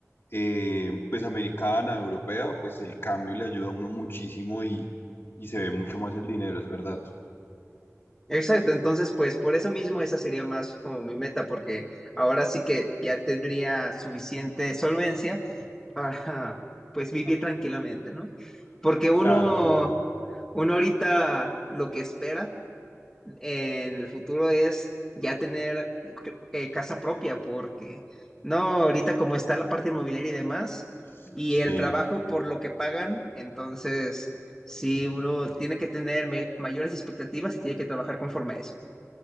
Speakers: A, on the left; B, in the centre.
A: eh, pues americana, europea, pues el cambio le ayuda a uno muchísimo y, y se ve mucho más el dinero, es verdad.
B: Exacto, entonces pues por eso mismo esa sería más como mi meta, porque ahora sí que ya tendría suficiente solvencia para pues vivir tranquilamente, ¿no? Porque uno,
A: Claro, es la idea.
B: uno ahorita lo que espera en el futuro es ya tener eh, casa propia, porque no, ahorita como está la parte inmobiliaria y demás,
A: Sí,
B: y el trabajo por lo que pagan, entonces sí, uno tiene que tener me- mayores expectativas y tiene que trabajar conforme a eso,